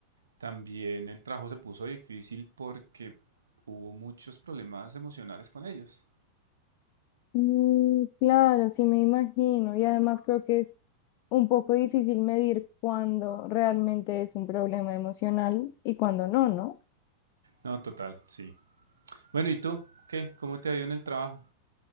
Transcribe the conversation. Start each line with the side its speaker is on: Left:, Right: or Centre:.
Right: También el trabajo se puso difícil porque hubo muchos problemas emocionales con ellos.
Left: Mm, claro, sí me imagino. Y además creo que es un poco difícil medir cuándo realmente es un problema emocional y cuándo no, ¿no?
Right: No, total, sí. Bueno, ¿y tú? ¿Qué? ¿Cómo te ha ido en el trabajo?